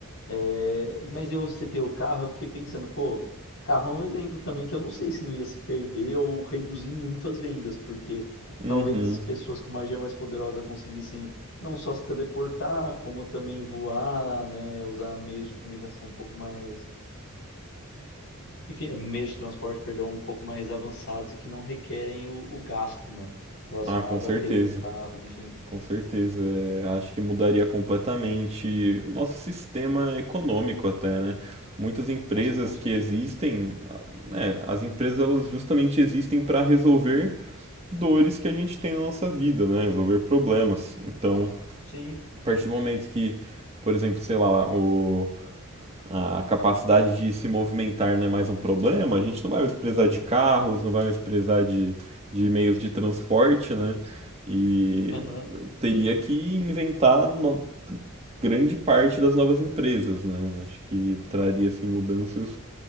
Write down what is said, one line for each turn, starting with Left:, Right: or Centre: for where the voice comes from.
Left: É, e- mas eu citei o carro, eu fiquei pensando, pô, carro é um exemplo também que eu não sei se não ia se perder ou reduzir muito as vendas, porque
Right: Uhum.
Left: talvez pessoas com magia mais poderosa conseguissem não só se teleportar, como também voar, né? Usar meios de comunicação um pouco mais. Enfim, meios de transporte, perdão, um pouco mais avançados e que não requerem o, o gasto, né? Relacionado
Right: Ah, com certeza.
Left: a ter um carro, enfim.
Right: Com certeza, é, acho que mudaria completamente o nosso sistema econômico até, né? Muitas empresas
Left: Nossa, com certeza.
Right: que existem, a- né, as empresas elas justamente existem para resolver dores que a gente tem na nossa vida, né? Resolver problemas. Então,
Left: Sim,
Right: a partir do momento que, por exemplo, sei lá, o, a capacidade de se movimentar não é mais um problema, a gente não vai mais precisar de carros, não vai mais precisar de, de meios de transporte, né? E
Left: aham,
Right: teria que inventar no- grande parte das novas empresas, né? Acho que traria assim mudanças